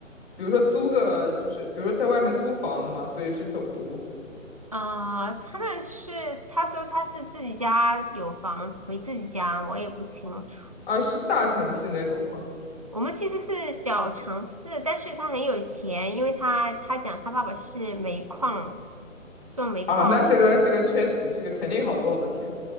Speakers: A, on the left; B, on the right.
A: 比如说租个，就是比如说在外面租房了嘛，所以是走读
B: 啊、他们是他说他是自己家有房回自己家，我也不清楚。
A: 啊，是大城市那种吗？
B: 我们其实是小城市，但是他很有钱，因为他他讲他爸爸是煤矿做煤矿的，
A: 啊，那这个这个确实，这个肯定好多好多钱，